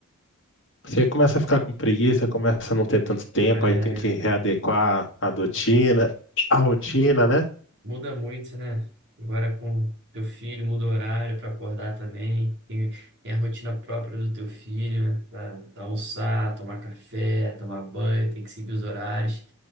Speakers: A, on the left; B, on the right.
A: Você começa a ficar com preguiça, começa a não ter tanto tempo,
B: É,
A: aí tem que readequar a rotina, a rotina, né?
B: Muda muito, né? Agora com teu filho, muda o horário para acordar também. Tem, tem a rotina própria do teu filho, né? Pra pra almoçar, tomar café, tomar banho, tem que seguir os horários.